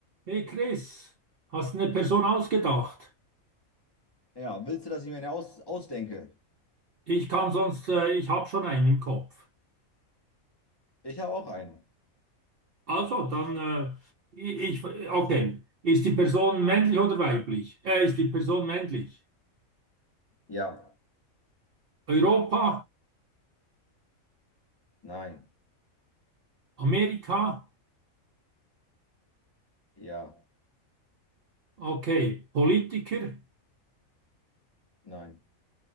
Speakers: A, on the right; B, on the left.
A: Hey Chris, hast eine Person ausgedacht?
B: Ja, willst du, dass ich mir eine aus ausdenke?
A: Ich kann sonst, äh, ich habe schon einen im Kopf.
B: Ich habe auch einen.
A: Also, dann, äh, ich, ich- okay. Ist die Person männlich oder weiblich? Äh, ist die Person männlich?
B: Ja,
A: Europa,
B: nein,
A: Amerika,
B: ja,
A: okay. Politiker,
B: nein,